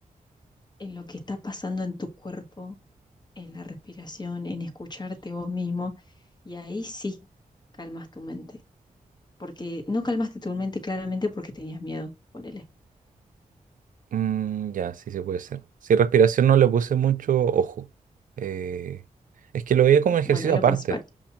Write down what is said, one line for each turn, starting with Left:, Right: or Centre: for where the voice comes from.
Left: en lo que está pasando en tu cuerpo, en la respiración, en escucharte vos mismo y ahí sí calmas tu mente, porque no calmaste tu mente claramente porque tenías miedo, ponele.
Right: mm, ya, sí, se puede ser. Si respiración no le puse mucho ojo. Eh, es que lo veía como ejercicio
Left: Bueno, es
Right: aparte,
Left: lo principal,